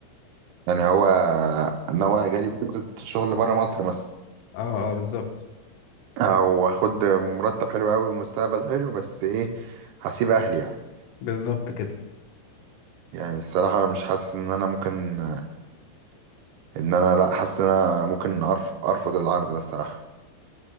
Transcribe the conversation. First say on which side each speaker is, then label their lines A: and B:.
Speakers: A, on the right; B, on the left.
A: يعني هو ناوي جالي فرصة شغل بره مصر مثلا
B: اه اه بالظبط
A: او اخد مرتب حلو قوي ومستقبل حلو بس ايه هسيب اهلي يعني
B: بالظبط كده
A: يعني الصراحة مش حاسس ان انا ممكن ان انا لا حاسس ان انا ممكن أرف... ارفض العرض ده الصراحة